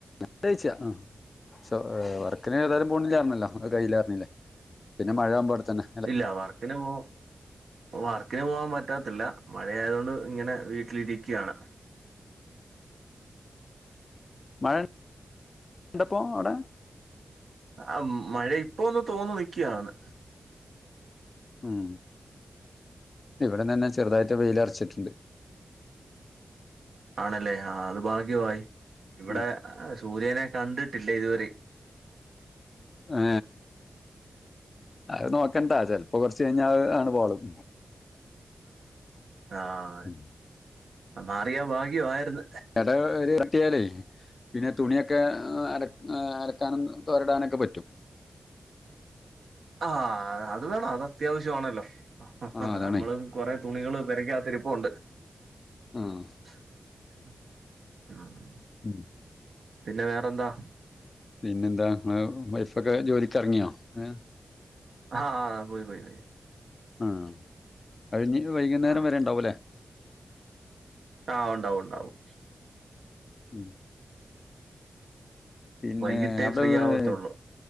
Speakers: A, on the left; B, on the right.
A: ഫുഡ് കഴിച്ച ആ സ വർക്കിന്
B: ഉം.
A: ഏതാലും പോണില്ലായിരുന്നല്ലോ. കയ്യിയിലായിറുന്നില്ലേ പിന്നെ മഴ ആവുമ്പോ അവിടെത്തന്നെ.
B: ഇല്ല വർക്കിനെ പോ വർക്കിന് പോകൻ പറ്റാത്തില്ല മഴയത് കൊണ്ട്. ഇങ്ങനെ വീട്ടിലിരിക്കുകയാണ്.
A: മഴ ഇണ്ടപ്പോ അവിടെ?
B: ആ മഴ ഇപ്പ ഒന്ന് തോന്നു നിക്കുകാണ്.
A: ഉം ഇവിടെ തന്നെ ചെറുതായിട്ട് വെയില്റച്ചിട്ടുണ്ട്.
B: ആണല്ലേ ആ അത് ഭാഗ്യമായി ഇവിടെ
A: ഉം.
B: സൂര്യനെ കണ്ടിട്ടില്ലേ ഇതുവരിം.
A: ആ അത് നോക്കണ്ടാ ചെിലപ്പോ കുറച്ച് കഴിഞ്ഞാൽ ആണ് പോളും.
B: ആഹ
A: ഉം.
B: മാറിയാ ഭാഗ്യ ആയിരുന്നു.
A: ഇ ഒരു <unintelligible> യാലേ പിന്നെ തുണിയൊക്കെ അല അലക്കാനും തുരടാനൊക്കെ പറ്റും.
B: ആഹ അത് വേണം അത് അത്യാവശ്യമാണല്ലോ. ആആ
A: ആ അതാണേ
B: നമ്മള് കുറേ തുണികള് പോരക്കാത്തിരിപ്പ് ഉണ്ട്.
A: ആഹ
B: <inaudible>
A: <inaudible>
B: പിന്നെ വേറെന്താ?
A: പിന്നെന്താ നിങ്ങടെ വൈഫൊക്കെ ജോലിക്ക്റങ്ങിയോ? ആഹേ.
B: ആഹാ പോയി പോയി... !
A: ആഹാ കഴിഞ്ഞ് വൈകുന്നേരം
B: ആ
A: വരെ ഉണ്ടാവും അല്ലേ?
B: ആഹാ ഉണ്ടാവും ഉണ്ടാവും.
A: ഉം.. ! പിന്നെ...
B: വൈകിട്ടേ
A: അവിടെ-
B: ഫ്രീ ആവത്തുള്ളൂ